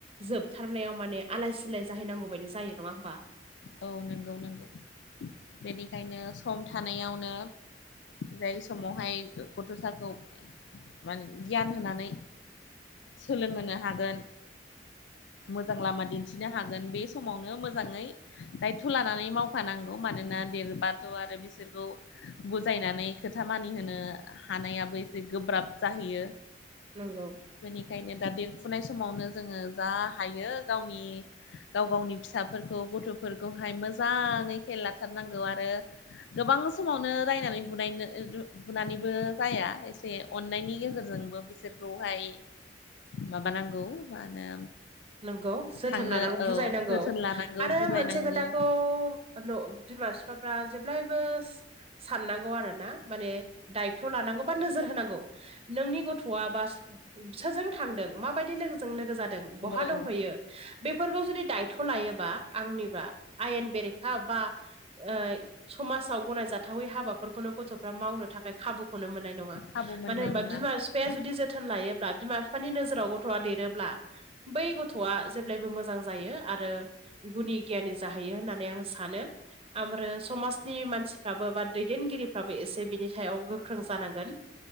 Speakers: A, on the right; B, on the left.
A: जोबथारनायाव माने आलाय सिलाय जाहैनांगौ बायदि जायो नङा होमबा?
B: औ नंगौ नंगौ बेनिखायनो सम थानायावनो जाय समावहाय गथ'साखौ मान गियान होनानै सोलोंहोनो हागोन। मोजां लामा दिन्थिनो हागोन बे समावनो मोजाङै दायथ' लानानै मावफानांगौ मानोना देरबाथ' आरो बिसोरखौ बुजायनानै खोथा मानिहोनो हानायाबो एसे गोब्राब जाहैयो।
A: नंगौ।
B: बेनिखायनो दा देरफुनाय समावनो जोङो जा हायो गावनि गाव गावनि फिसाफोरखौ गथ'फोरखौहाय मोजाङै खेल लाथारनांगौ आरो गोबां समावनो रायनानै बुनायनो बुनानैबो जाया एसे अन्नायनि गेजेरजोंबो बिसोरखौहाय माबानांगौ मा होनो
A: नोंगौ जोथोन
B: थांनो
A: लानांगौ
B: औ
A: बुजायनांगौ
B: जोथोन लानांगौ
A: आरो
B: बुजायनांगौ
A: मोनसे खोथाखौ न बिमा बिफाफ्रा जेब्लायबो साननांगौ आरो ना माने दायथ' लानांगौ बा नोजोर होनांगौ। नोंनि गथ'आ बास सोरजों थांदों माबायदि लोगोजों लोगो जादों। बहा
B: औ
A: दंहैयो बेफोरखौ जुदि दायथ' लायोबा आंनिबा आयेन बेरेखा बा ओ समाजाव गनायजाथावै हाबाफोरखौनो गथ'फ्रा मावनो थाखाय खाबुखौनो मोननाय नङा।
B: खाबु मोननाय
A: मानो होनबा
B: नङा
A: बिमा बिफाया
B: औ
A: जुदि जोथोन लायोब्ला बिमा बिफानि नोजोराव गथ'आ देरोब्ला। बै गथ'आ जेब्लायबो मोजां जायो आरो। गुनि गियानि जाहैयो होननानै आं सानो। आमोरो समाजनि मानसिफ्राबो बा दैदेनगिरिफ्राबो एसे बिनि सायाव गोख्रों जानांगोन।